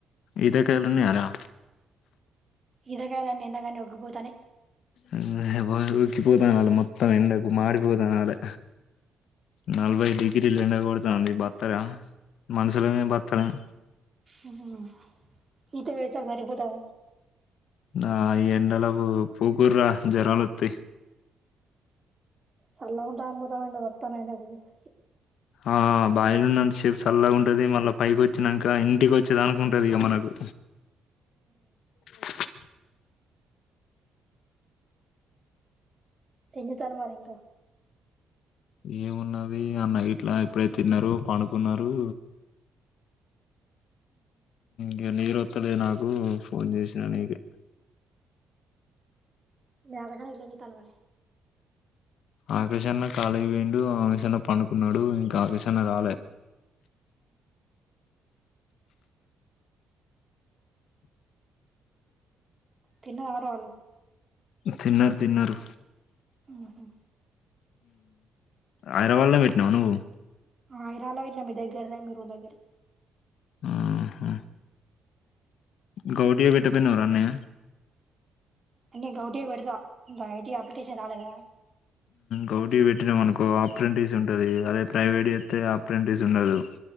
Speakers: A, on the left (about 75°); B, on the right (about 30°).
A: ఈతకాయలు ఉన్నయరా.
B: ఈతకాయల్ అన్ని ఎండగానే ఒగ్గిపోతానయ్.
A: ఉమ్ యేహాపో ఒకిపోతాన మొత్తం. త్తం ఎండకు మాడి పోతానాలే. నల్బయి డిగ్ గిరిలు ఎండకొడతాఉంది బత్తరా మనుషులమే బత్తలేం.
B: ఉ హు హు, ఈత <unintelligible> సరిపోతద
A: ఆ ఈ ఎండలకు పూకూర్రా జ్వరాలోత్తే.
B: సళ్ళగుంటదని పోతానవ్ ఎండకు సత్తానవ్ ఎండకు పోయేసరికి
A: ఆ బాయిలున్నంత సేపు సళ్ళ గుంటది, మళ్ళా పైకి వచ్చినంక ఇంటికి వచ్చేదాంక ఉంటదిక మనకు. అ
B: ఏంజేత్తాల్లు మరి ఇంకా?
A: ఏమున్నది అన్న గిట్లా ఇపుడే తిన్నరు, పండుకున్నారు. గ నీరో అత్తలేదు నాకు, ఫోన్ చేసినా నీకే
B: <unintelligible> కల్వలే
A: ఆకాష్ అన్న కాలేజ్ పోయిండు ఆమెషన్న పండుకున్నాడు ఇంకా ఆకాష్ అన్న రాలే.
B: తిన్నవార వాళ్ళు
A: తిన్నారు తిన్నారు.
B: వుహుమ్
A: హైదరాబాద్ లో పెట్టినావు నువ్వు
B: మైరా లో పెట్నా మీ దగ్గర మీరు రూమ్ దగ్గర.
A: ఊహుం గౌటియ పెట్టకపోయినావరా అన్నీ
B: నేను గౌటిగా పెడతా ఇంకా ఐటీ అప్లికేషన్ రాలేగా
A: గౌటీ పెట్టినాం అనుకో అప్రెంటిస్ ఉంటది అదే ప్రైవేట్ చెప్తే అప్రెంటిస్ ఉండదు.